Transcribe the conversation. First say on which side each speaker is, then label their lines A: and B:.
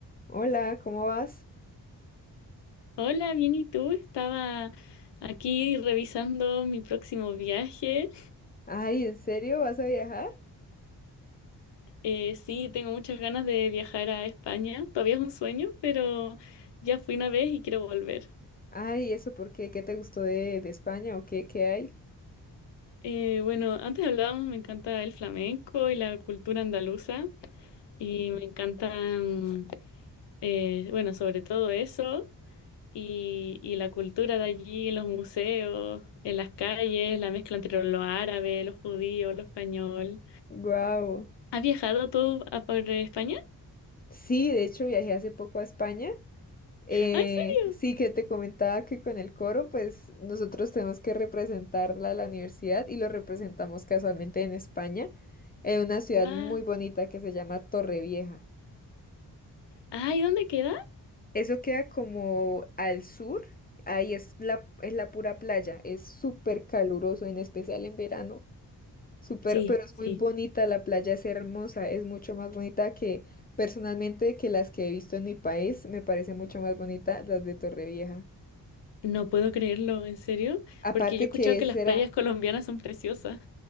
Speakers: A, on the left; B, on the left.
A: Hola, ¿cómo vas?
B: Hola, bien, ¿y tú? Estaba aquí revisando mi próximo viaje.
A: Ay, ¿en serio vas a viajar?
B: Eh, sí, tengo muchas ganas de viajar a España. Todavía es un sueño, pero ya fui una vez y quiero volver.
A: Ay, ¿eso por qué? ¿Qué te gustó de, de España o qué, qué hay?
B: Eh, bueno, antes hablábamos, me encanta el flamenco y la cultura andaluza y me encanta, mm, eh, bueno, sobre todo eso y, y la cultura de allí, los museos, en las calles, la mezcla entre lo árabe, lo judío, lo español.
A: Wow.
B: ¿Has viajado tú a por España?
A: Sí, de hecho viajé hace poco a España. Eh,
B: Ah, ¿en serio?
A: sí, que te comentaba que con el coro, pues nosotros tenemos que representarla a la universidad y lo representamos casualmente en España, en una ciudad
B: ¡Guau!
A: muy bonita que se llama Torrevieja.
B: Ah, ¿y dónde queda?
A: Eso queda como al sur, ahí es la, es la pura playa, es súper caluroso, en especial en verano, súper,
B: Sí,
A: pero es
B: sí.
A: muy bonita, la playa es hermosa, es mucho más bonita que personalmente que las que he visto en mi país, me parece mucho más bonita las de Torrevieja.
B: No puedo creerlo, ¿en serio?
A: Aparte
B: Porque yo he escuchado
A: que
B: que
A: será,
B: las playas colombianas son preciosas.